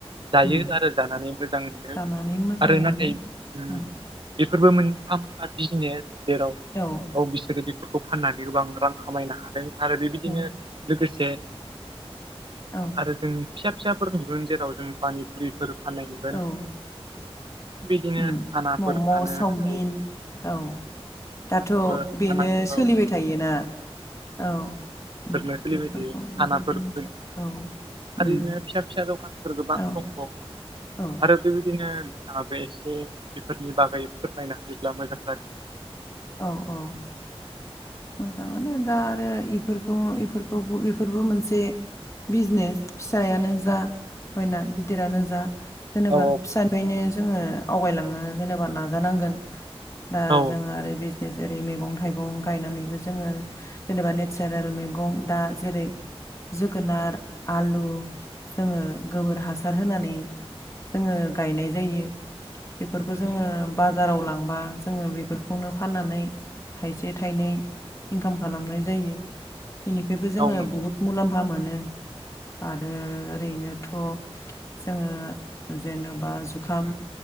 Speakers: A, on the right (about 50°); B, on the left (about 30°).
A: जायो
B: उम
A: आरो जानानै मोजां मोनो
B: जानानै मोजां
A: आरो
B: मोनो
A: नाथाय उम
B: औ
A: बेफोरबो मोनफा मोनफा बिजिनेस जेराव
B: द'
A: औ बिसोरो बेफोरखौ फाननानै गोबां रां खामायनो हादों आरो बेबिदिनो
B: औ
A: लोगोसे
B: औ
A: आरो जों फिसा फिसाफोर नुगोन जेराव जों पानिफुरिफोर फाननाय नुगोन
B: औ
A: बिदिनो
B: उम
A: सानाफोर
B: मम'
A: फानो
B: चावमिन
A: आरो
B: औ दाथ'
A: ओ
B: बेनो
A: साना
B: सोलिबाय
A: औ
B: थायोना औ ओम
A: बेफोरनो सोलिबाय
B: बेफोरखौ
A: थायो सानाफोर
B: बेफोरखौनो
A: फानो
B: औ
A: आरो
B: उम
A: बिदिनो फिसा फिसा दखानफोर गोबां
B: औ
A: दङ
B: औ
A: आरो बेबिदिनो नोंथाङाबो एसे बेफोरनि बागै फोरमायना होयोब्ला मोजां जागोन
B: औ औ मोजांआनो दा आरो इफोरखौ इफोरखौबो इफोरबो मोनसे बिजनेस फिसायानो जा बयना गिदिरानो जा जेनेबा
A: औ
B: फिसानिफायनो जोङो आवगायलांनो जेनेबा नाजानांगोन ना
A: औ
B: जों आरो बिजनेस जेरै मैगं थाइगं गायनानैबो जोङो जेनेबा नेचारेल मैगं दा जेरै जोगोनार आलु जोङो गोबोर हासार होनानै जोङो गायनाय जायो बेफोरखौ जोङो बाजाराव लांबा जोङो बेफोरखौनो फाननानै थाइसे थाइनै इनकाम खालामनाय जायो इनिफ्रायबो जोङो
A: औ नंगौ
B: बुहुत मुलाम्फा मोनो आरो ओरैनोथ' जोङो जेनेबा जुखाम